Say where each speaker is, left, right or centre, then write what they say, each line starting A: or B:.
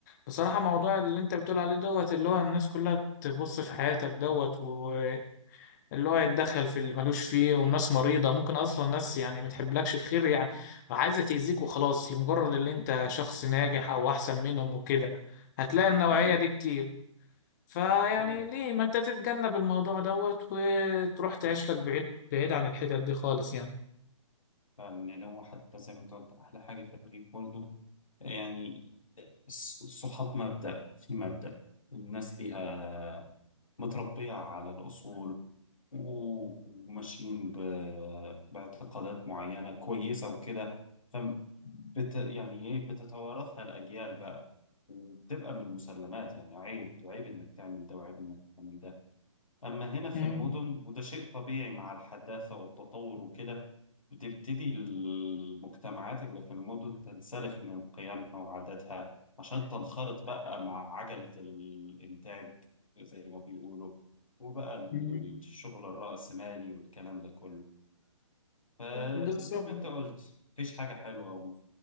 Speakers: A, on the left (about 35°); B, on the left (about 85°).
A: بصراحه موضوع اللي انت بتقول عليه دوت اللي هو الناس كلها تبص في حياتك دوت واللي هو يتدخل في اللي ملوش فيه والناس مريضه ممكن اصلا ناس يعني ما تحبلكش الخير يعني وعايزه تاذيك وخلاص لمجرد اللي انت شخص ناجح او احسن منهم وكده هتلاقي النوعيه
B: فعلا
A: دي كتير فيعني
B: فعلا
A: ليه ما انت تتجنب الموضوع دوت وتروح تعيش لك بعيد بعيد عن الحتت دي خالص يعني
B: فعلا يعني هو حتى زي ما انت قلت احلى حاجة في الريف برضه يعني الص- الصحاب مبدأ في مبدأ الناس ليها متربية على الأصول و- وماشيين ب... باعتقادات معينة كويسة وكده فبت... يعني إيه بتتوارثها الأجيال بقى وبتبقى من المسلمات يعني عيب عيب إنك تعمل ده وعيب إنك تعمل ده أما هنا في
A: مم.
B: المدن وده شيء طبيعي مع الحداثة والتطور وكده بتبتدي المجتمعات اللي في المدن تنسلخ من قيمها وعاداتها عشان تنخرط بقى مع عجلة الإنتاج زي ما بيقولوا وبقى الشغل
A: مم.
B: الرأسمالي والكلام ده كله فزي
A: بالظبط
B: ما أنت قلت مفيش حاجة حلوة